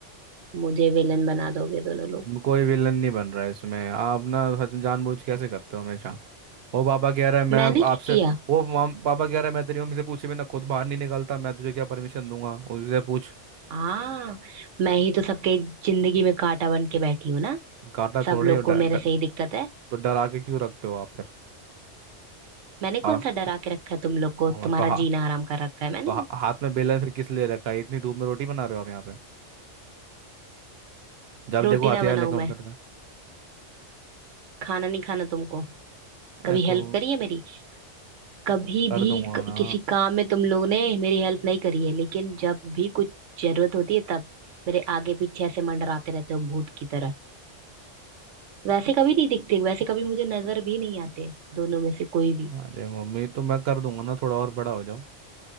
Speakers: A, on the right; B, on the right.
A: मुझे विलन बना दोगे दोनों लोग
B: कोई विलन नहीं बन रहा है इसमें आप ना सच में जानबूझ के कैसे करते हो हमेशा वो पापा कह रहा है मैं
A: मैंने
B: आपसे
A: क्या किया
B: वो माम- पापा कह रहा है मैं तेरी मम्मी से पूछे बिना खुद बाहर नहीं निकलता मैं तुझे क्या परमिशन दूंगा उससे पूछ
A: हाँ मैं ही तो सबके जिंदगी में कांटा बन के बैठी हूँ ना
B: काटा
A: सब
B: थोड़े
A: लोग
B: और ड,
A: को मेरे
B: ड,
A: से ही दिक्कत है
B: तो डरा के क्यों रखते हो आप फिर
A: मैंने
B: हाँ
A: कौन सा डरा के रखा है तुम लोग को
B: हाँ
A: तुम्हारा
B: तो हाँ
A: जीना आराम कर रखा है मैंने
B: तो हा, हाथ में बेलन फिर किस लिए रखा है इतनी धूप में रोटी बना रहे हो आप यहाँ पे जब
A: रोटी
B: देखो हथियार
A: ना बनाऊं
B: लेकर उतरते
A: मैं
B: हैं
A: खाना नहीं खाना तुमको
B: अरे
A: कभी
B: तो
A: हेल्प करी है मेरी कभी
B: कर
A: भी
B: दूंगा
A: क-
B: ना
A: किसी काम में तुम लोग ने मेरी हेल्प नहीं करी है लेकिन जब भी कुछ जरूरत होती है तब मेरे आगे पीछे ऐसे मंडराते रहते हो भूत की तरह वैसे कभी नहीं दिखते वैसे कभी मुझे नजर भी नहीं आते दोनों में से कोई भी
B: अरे मम्मी तो मैं कर दूंगा ना थोड़ा और बड़ा हो जाओ